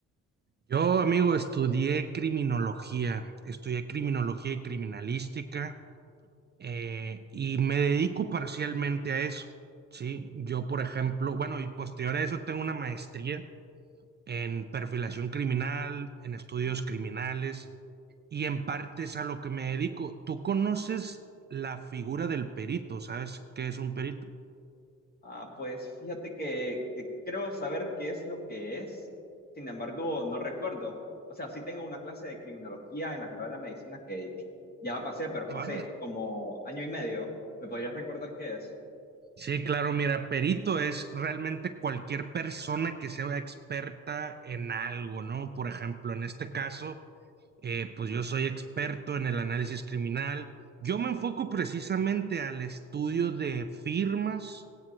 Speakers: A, on the right; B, on the left.
A: Yo, amigo, estudié criminología, estudié criminología y criminalística. eh, y me dedico parcialmente a eso, ¿sí? Yo, por ejemplo, bueno, y posterior a eso tengo una maestría en perfilación criminal, en estudios criminales, y en parte es a lo que me dedico. ¿Tú conoces la figura del perito? ¿Sabes qué es un perito?
B: Ah, pues fíjate que, que creo saber qué es lo que es. Sin embargo, no recuerdo. O sea, sí tengo una clase de criminología en la carrera de medicina que ya la pasé, pero fue
A: Ah, vale.
B: hace como año y medio. ¿Me podrías recordar qué es?
A: Sí, claro, mira, perito es realmente cualquier persona que sea experta en algo, ¿no? Por ejemplo, en este caso eh, pues yo soy experto en el análisis criminal. Yo me enfoco precisamente al estudio de firmas,